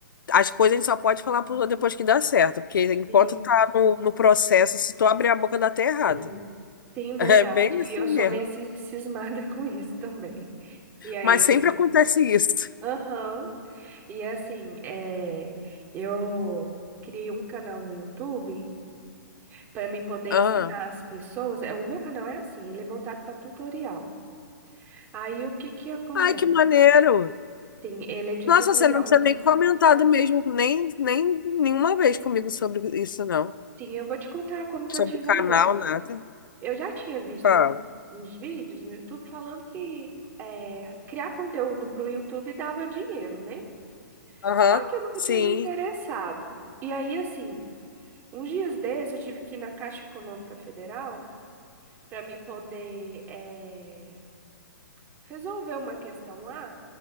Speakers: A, on the left; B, on the right.
A: As coisas a gente só pode falar
B: de.
A: pro- depois que dá certo, porque enquanto
B: Isso,
A: tá no, no processo, se tu abrir a boca dá até errado.
B: sim. Sim, verdade.
A: <laughs> É bem assim
B: E eu sou
A: mesmo.
B: meio cis- cismada <laughs> com isso também. E aí,
A: Mas sempre
B: de-
A: acontece isso.
B: aham. E assim, é, eu criei um canal no YouTube para mim poder
A: Ah.
B: ensinar as pessoas. É, O meu canal é assim, ele é voltado para tutorial. Aí o que que acontece?
A: Ai, que maneiro!
B: Sim, ele é de
A: Nossa,
B: tutorial.
A: você não precisa
B: Eu ensino-
A: nem comentar do mesmo, nem, nem nenhuma vez
B: sim,
A: comigo sobre isso, não.
B: sim, eu vou te contar como que
A: sobre
B: eu tive
A: canal,
B: a ideia.
A: nada.
B: Eu já tinha visto
A: Ah,
B: um- uns vídeos no YouTube falando que é, criar conteúdo para o YouTube dava dinheiro, né?
A: aham,
B: Só que eu nunca
A: sim,
B: tinha me interessado. E aí, assim, uns dias desses eu tive que ir na Caixa Econômica Federal para me poder eh, resolver uma questão lá.